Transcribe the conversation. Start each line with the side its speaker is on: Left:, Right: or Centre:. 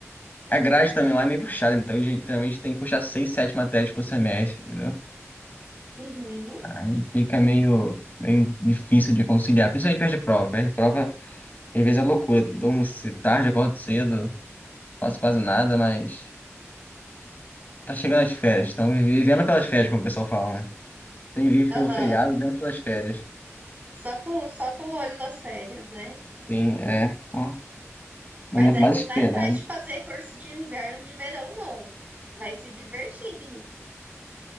Left: a grade também lá é meio puxada, então a gente geralmente tem que puxar seis, sete matérias por semestre, entendeu?
Right: Uhum,
Left: Aí fica meio, meio difícil de conciliar, principalmente perto de prova. Perto de prova, às vezes é loucura. Durmo ce- tarde, acordo cedo, faço quase nada, mas tá chegando as férias. Estão vivendo pelas férias, como o pessoal fala, né? Tem vivo
Right: aham.
Left: pelo feriado, vivendo pelas férias.
Right: Só com, só com o olho das férias, né?
Left: Sim, é o momento
Right: Mas aí
Left: mais
Right: não
Left: esperado.
Right: vai atrás de fazer curso de inverno, de verão, não. Vai se divertir, menino.